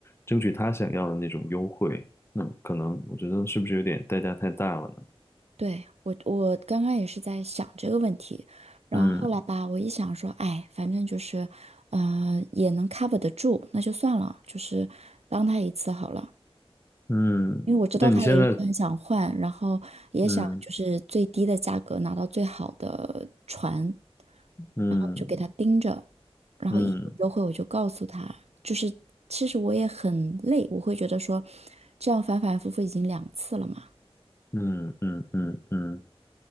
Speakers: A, on the left (about 25°); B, on the right (about 90°).
A: 争取他想要的那种优惠，那可能我觉得是不是有点代价太大了呢？
B: 对，我，我刚刚也是在想这个问题，然后后来吧，
A: 嗯
B: 我一想说，哎，反正就是，嗯、也能 cover 得住，那就算了，就是帮他一次好了，
A: 嗯，
B: 因为我知道他也一直很想换，
A: 那你现在
B: 然后也想就是最低的价格拿到最好的船，
A: 嗯。嗯
B: 然后就给他盯着，然后一有优惠我就告诉他，
A: 嗯
B: 就是其实我也很累，我会觉得说，这样反反复复已经两次了嘛。
A: 嗯嗯嗯嗯，